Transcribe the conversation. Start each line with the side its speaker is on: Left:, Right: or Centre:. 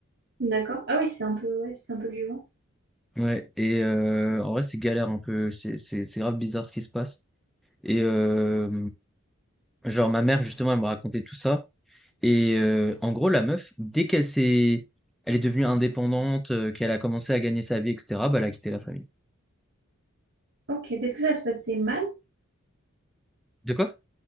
Right: D'accord. Ah oui, c'est un peu, ouais, c'est un peu violent.
Centre: Ouais, et euh, en vrai, c'est galère un peu. C'est c'est- c'est grave bizarre ce qui se passe. Et euh, genre, ma mère, justement, elle me racontait tout ça. Et euh, en gros, la meuf, dès qu'elle s'est. Elle est devenue indépendante, euh, qu'elle a commencé à gagner sa vie, etc., bah, elle a quitté la famille.
Right: Ok. Peut-être que ça se passait mal.
Centre: De quoi?